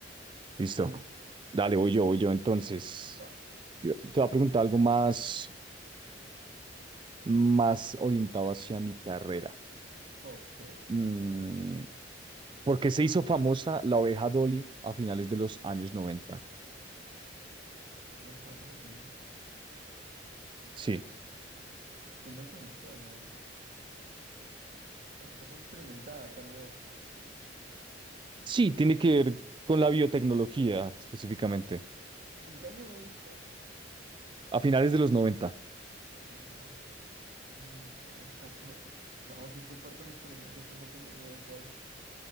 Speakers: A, on the right; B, on the right.
A: Listo. Dale, voy yo, voy yo entonces.
B: Va.
A: Yo Te voy a preguntar algo más, más orientado hacia mi carrera.
B: Ok.
A: Mm, ¿por qué se hizo famosa la oveja Dolly a finales de los años 90?
B: Oveja Dolly.
A: Sí,
B: El nombre me suena. Eh, fue experimentada, tal vez.
A: sí, tiene que ver con la biotecnología específicamente.
B: ¿En qué año me dices?
A: A finales de los 90.
B: A finales de los noventa Mm, Oveja Dolly. No, sí fue parte de un experimento, pero no tengo ni idea de cuál.